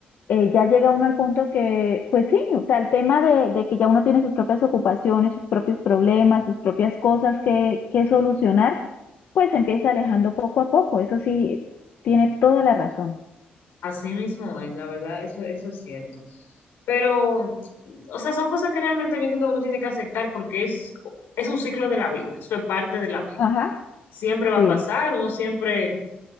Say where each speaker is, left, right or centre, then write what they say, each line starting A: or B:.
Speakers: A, on the left; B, on the left.
A: eh, ya llega uno al punto que, pues sí, o sea, el tema de, de que ya uno tiene sus propias ocupaciones, sus propios problemas, sus propias cosas que, que solucionar, pues se empieza alejando poco a poco. Eso sí, tiene toda la razón.
B: Así mismo es, la verdad, eso, eso es cierto. Pero, o sea, son cosas que realmente yo entiendo que uno tiene que aceptar porque es, es un ciclo de la vida, eso es parte de la vida.
A: Ajá,
B: Siempre va
A: sí.
B: a pasar, uno siempre